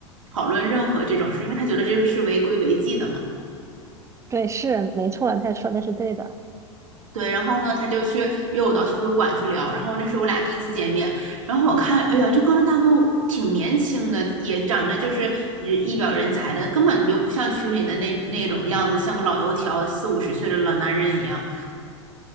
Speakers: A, on the right (about 75°); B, on the right (about 15°).
A: 讨论任何这种事，因为他觉得这个是违规违纪的嘛。
B: 对，是没错，他说的是对的。
A: 对，然后呢，他就去约我到图书馆去聊，然后那是我俩第一次见面，然后我看，哎呀，这哥伦大哥挺年轻的，也长得就是一一表人才的，根本就不像群里的那那种样子，像个老油条，四五十岁的老男人一样。